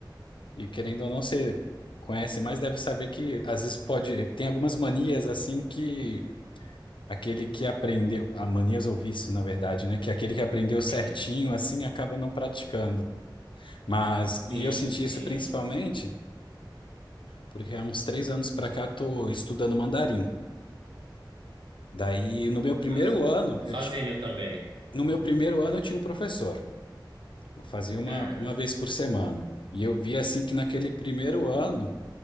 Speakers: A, on the left; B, on the right.
A: E querendo ou não, você conhece mais, deve saber que às vezes pode. Tem algumas manias assim que aquele que aprendeu. ah, Manias ou vícios, na verdade, né? Que é aquele que aprendeu certinho
B: <laughs>
A: assim acaba não praticando. Mas.
B: Sim,
A: E eu senti
B: sim.
A: isso principalmente porque há uns três anos pra cá eu tô estudando mandarim. Daí, no meu primeiro
B: Massa.
A: ano,
B: Sozinho
A: eu ti...
B: também.
A: no meu primeiro ano eu tinha um professor. Eu fazia uma,
B: Ah,
A: uma vez por semana. E eu vi assim que naquele primeiro ano